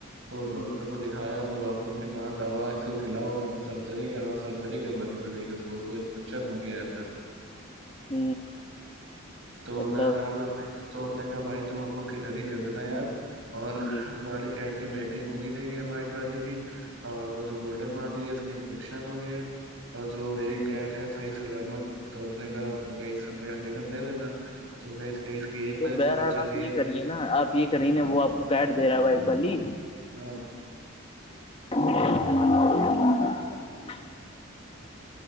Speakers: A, on the right (about 65°); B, on the left (about 30°).
A: تو ڈاکٹر
B: جی
A: کو د کھایا تو ڈاکٹر نے کہا د دو سو کھیلاؤ سرجری کراؤ سرجری کر پڑے گی س کو انفیکشن ہو گیا اندر
B: ہ
A: تو
B: اللہ
A: ب آال ہم نے تو ہم نے کہا بھائی تم ہم کو کٹنی دے دینا یار اور
B: جی جی جی
A: والی کیڈ کی میٹنگ ہوئی وائٹ والی کی اور وہ جو گولڈن والی ہے اس کا انفیکشن ہو گیا اور جو ایک
B: جی
A: کیٹ ہے صحیح سلامت تو ہم نے کہا اس سم آگٹن دے دینا تو ایک
B: تو
A: بار
B: بہرحال
A: اس نے بچے
B: آپ
A: دیے
B: یہ کریے
A: تھے
B: نا آپ یہ کریں نا وہ آپ کو کاٹ دے رہا ہے بائی والی
A: ہاں
B: <unintelligible>